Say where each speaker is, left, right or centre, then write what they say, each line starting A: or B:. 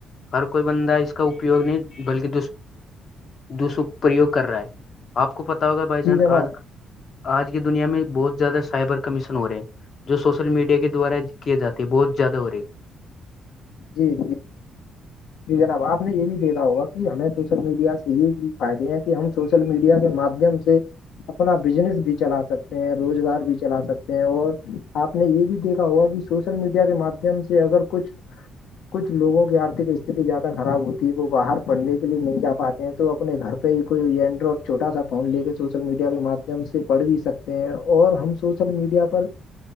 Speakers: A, on the left; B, on the left.
A: ہر کوئی بندہ اس کا اپیوگ نہیں بلکہ دسپرریوگ کر رہا ہے آپ کو پتا ہوگا بھائی جان
B: جی جناب
A: آج آج کی دنیا میں بہت زیادہ سائبر کمیشن ہو رہے ہیں جو سوشل میڈیا کے دوارا کیے جاتے بہت زیادہ ہو رہی ہے
B: جی جی جناب آپ نے یہ بھی دیکھا ہوگا کہ ہمیں سوشل میڈیا سے یہیز فائدے ہیں کہ ہم سوشل سوشل میڈیا کے مادھیم سے اپنا بزنس بھی چلا سکتے ہیں روزگار بھی چلا سکتے ہیں اور آپ نے یہ بھی دیکھا ہوگا کہ سوشل میڈیا کے مادھیم سے اگر کچھ کچھ لوگوں کی آرتک استھتی زیادہ خراب ہوتی ہے وہ باہر پڑھنے کے لیے نہیں جا پاتے ہیں تو اپنے گھر کوئی اینڈرائڈ چھوٹا سا فون لے سوشل میڈیا کے مادھیم سے پڑھ بھی سکتے ہیں اور ہم سوچ سوشل میڈیا پر